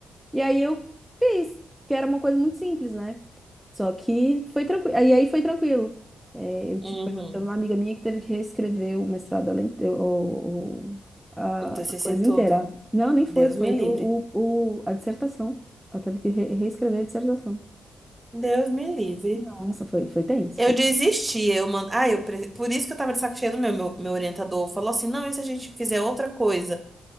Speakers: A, in the centre; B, on the right.
A: E aí eu fiz, que era uma coisa muito simples, né? Só que foi tranquilo. E aí foi tranquilo. É, eu, tipo,
B: uhum,
A: por exemplo, teve uma amiga minha que teve que reescrever o mestrado, dela inte- o- o- a
B: O TCC
A: a coisa
B: todo.
A: inteira. Não, nem
B: Deus
A: foi, foi
B: me livre.
A: o, o- o- a dissertação. Ela teve que re- reescrever a dissertação.
B: Deus me livre.
A: Nossa, foi, foi tenso.
B: Eu
A: Foi...
B: desisti, eu mando. Ah, eu pre- por isso que eu tava de saco cheio do meu, meu, meu orientador. Falou assim: não, e se a gente fizer outra coisa?